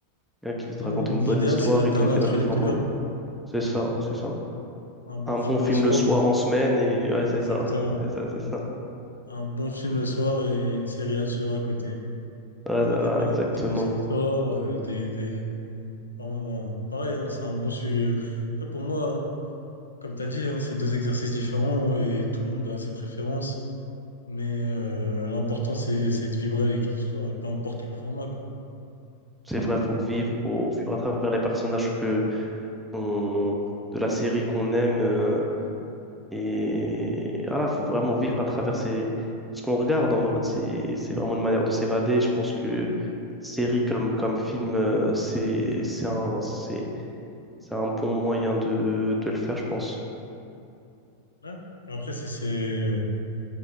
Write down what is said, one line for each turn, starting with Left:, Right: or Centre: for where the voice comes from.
Centre: Quelqu'un qui veut te
Left: Hmm,
Centre: raconter une
Left: l'idéal,
Centre: bonne histoire,
Left: c'est d'alterner
Centre: il te les fait
Left: entre
Centre: dans le
Left: les
Centre: format
Left: deux.
Centre: 1.
Left: hein.
Centre: C'est ça, c'est ça.
Left: Un bon
Centre: Un
Left: film
Centre: bon film
Left: le soir
Centre: le soir en semaine et ouais, c'est
Left: Exactement.
Centre: ça. <laughs> C'est ça, c'est ça.
Left: Un bon film le soir et une série à suivre à côté.
Centre: Ouais,
Left: Ça
Centre: ça,
Left: dépend
Centre: exactement.
Left: aussi de ce qui sort, euh, des, des... par moment, hein. Pareil, hein, c'est un bon sujet. Après, pour moi, comme tu as dit, hein, c'est deux exercices différents et tout le monde a ses préférences. Mais euh, l'important, c'est, c'est de vibrer avec l'histoire et peu importe le format, quoi.
Centre: C'est vrai, faut vivre, faut vivre à travers les personnages que on- de la série qu'on aime. euh, et voilà, faut vraiment vivre à travers ces- ce qu'on regarde en mode. C'est c'est vraiment une manière de s'évader. Je pense que série comme, comme film, euh, c'est c'est un, c'est c'est un bon moyen de de le faire, je pense.
Left: Ouais. Après, c'est, c'est,